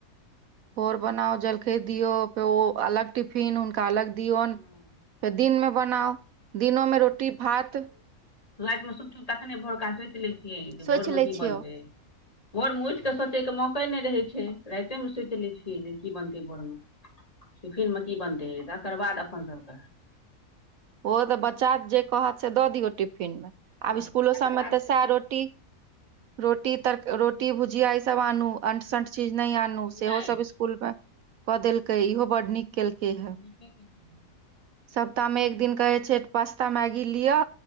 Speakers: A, on the right; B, on the left.
A: भोर बनाउ जलखै दियो तो अलग टिफिन हुनका अलग दिऔन
B: हँ
A: फेर दिन में बनाउ दिनो में रोटी भात
B: रात में सुतलूं तखने भोरका सोच लै छियै जे
A: सोचि
B: भोरमे
A: लै
B: की
A: छियौ
B: बनतै भोर मे उठ कऽ सोचेके मौके नै रहै छै राते मे सोच लै छियै जे की बनतै भोरमे टिफीन में की बनते तेकर बाद अपन सबके
A: उहो तऽ बच्चा जे कहत से दऽ दियौ टिफिन मे
B: हँ
A: आब स्कुलो
B: तकर
A: सबमे
B: बाद
A: तऽ
B: फेर
A: साएह रोटी रोटी तर रोटी भुजिया ई सब आनू अंट संट चीज नय आनू
B: ठण्डा
A: सेहो सब कुल कऽ देलकै इहो बड नीक केलकै हे
B: <inaudible>
A: सप्ताह में एक दिन कहै छै पास्ता मैगी लिअ